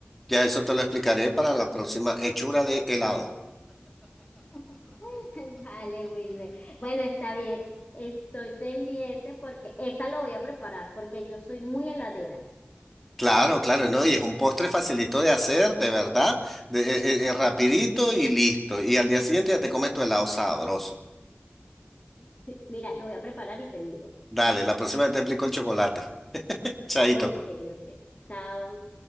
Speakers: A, in the centre; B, on the left (about 35°).
A: Ya eso te lo explicaré para la próxima hechura de helado.
B: <laughs> Vale, Wilmer. Bueno, está bien. Estoy pendiente porque esa lo voy a preparar porque yo soy muy heladera.
A: Claro, claro, ¿no? Y es un postre facilito de hacer, de verdad, de- eh, eh, rapidito y listo. Y al día siguiente ya te comes tu helado sabroso.
B: <laughs> Mira, lo voy a preparar y te digo.
A: Dale, la próxima vez te explico el chocolate. Chaito.
B: Ok,
A: pues.
B: ok. Chao.